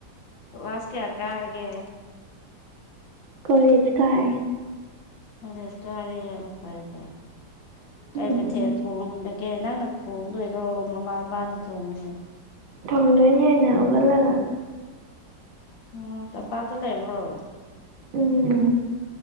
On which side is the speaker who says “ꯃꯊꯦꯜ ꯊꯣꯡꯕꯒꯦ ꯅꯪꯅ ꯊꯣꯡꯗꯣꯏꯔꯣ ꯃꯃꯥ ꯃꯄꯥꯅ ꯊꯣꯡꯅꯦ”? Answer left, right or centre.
Left